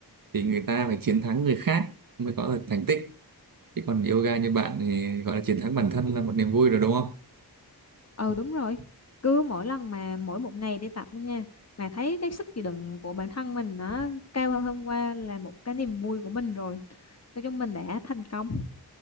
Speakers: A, on the right (about 55°); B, on the left (about 40°).
A: thì người ta phải chiến thắng người khác mới có được thành tích chứ còn yoga như bạn thì gọi là chiến thắng bản thân là một niềm vui rồi đúng không
B: Ừ đúng rồi. Cứ mỗi lần mà mỗi một ngày đi tập đó nha, mà thấy cái sức chịu đựng của bản thân mình nó cao hơn hôm qua là một cái niềm vui của mình rồi. Nói chung mình đã thành công.